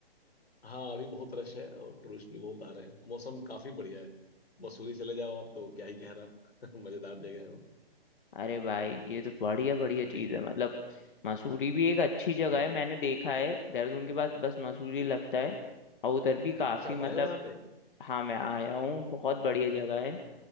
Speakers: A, on the left (about 80°); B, on the left (about 55°).
A: हाँ अभी बहुत रश है और टूरिस्ट भी बहुत आ रहे हैं मौसम काफी बढ़िया है मसूरी चले जाओ आप तो क्या ही कह रहा <laughs> मजेदार जगह है वो
B: अरे भाई ये तो बढ़िया बढ़िया
A: जब
B: चीज
A: भी
B: है मतलब मसूरी भी एक अच्छी जगह
A: हम्म
B: है मैंने देखा है देहरादून के बाद बस मसूरी लगता है और उधर भी काफी
A: अच्छा आप
B: मतलब
A: आए हो यहाँ पे
B: हाँ मैं आया हूँ बहुत बढ़िया जगह है